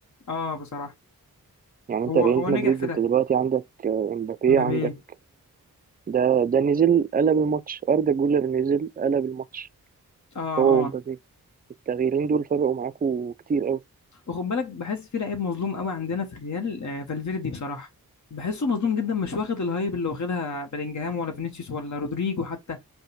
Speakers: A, on the left; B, on the right.
A: اه بصراحه
B: يعني انت
A: هو
B: ريال
A: هو نجح
B: مدريد
A: في
B: انت
A: ده
B: دلوقتي عندك آه، امبابي
A: مبابي
B: عندك ده ده نزل قلب الماتش اردا جولر نزل قلب الماتش
A: اه
B: هو
A: اه
B: ومبابي التغييرين دول فرقوا معاكوا كتير قوي
A: وخد بالك بحس في لعيب مظلوم قوي عندنا في الريال آه فالفيردي بصراحه بحسه مظلوم جدا مش واخد الهايب اللي واخدها بلينجهام ولا فينيسيوس ولا رودريجو حتى